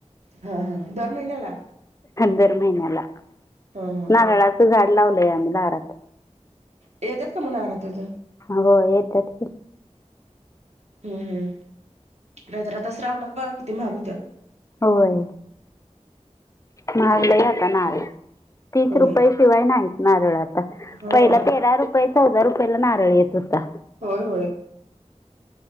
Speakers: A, on the right; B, on the left.
A: हा हा दर महिन्याला
B: दर महिन्याला
A: हा हा.
B: नारळाचं झाड लावलंय आम्ही दारात.
A: येतात का मगं नारळ तेच
B: होय येतात की
A: हम्म हम नाहीतर आता श्रावणात बघा किती महाग हुत्यात.
B: होय महागले आता नारळ तीस
A: होय
B: रुपये शिवाय नाहीत नारळ आता
A: हा
B: पहिला तेरा रुप चौदा रुपयाला नारळ येत होता
A: होय होय